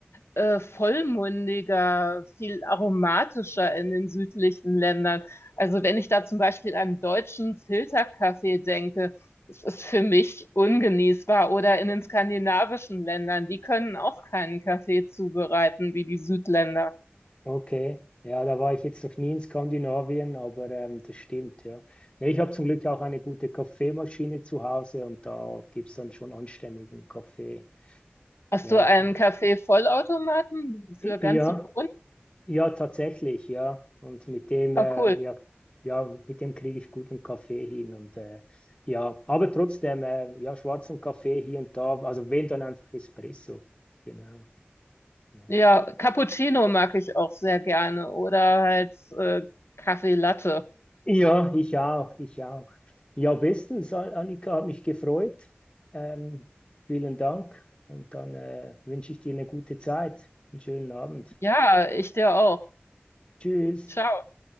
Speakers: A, on the left; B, on the left.
A: äh, vollmundiger, viel aromatischer in den südlichen Ländern. Also wenn ich da zum Beispiel an deutschen Filterkaffee denke, das ist für mich ungenießbar. Oder in den skandinavischen Ländern, die können auch keinen Kaffee zubereiten wie die Südländer.
B: Okay, ja, da war ich jetzt noch nie in Skandinavien, aber ähm, das stimmt, ja. Nee, ich habe zum Glück auch eine gute Kaffeemaschine zu Hause und da gibt es dann schon anständigen Kaffee.
A: Hast
B: Ja,
A: du einen
B: von,
A: Kaffee-Vollautomaten für ganze
B: ja,
A: Bohnen?
B: ja, tatsächlich, ja. Und mit dem, äh,
A: Oh, cool.
B: ja, ja, mit dem kriege ich guten Kaffee hin. Und äh, ja, aber trotzdem, äh, ja, schwarzen Kaffee hier und da, also wenn dann einfach Espresso. Genau. ja.
A: Ja, Cappuccino mag ich auch sehr gerne oder halt äh, Kaffee Latte.
B: Ja, ich auch, ich auch. Ja, bestens, An- Annika, hat mich gefreut. Ähm, vielen Dank und dann äh, wünsche ich dir eine gute Zeit, einen schönen Abend.
A: Ja, ich dir auch.
B: Tschüss.
A: Ciao.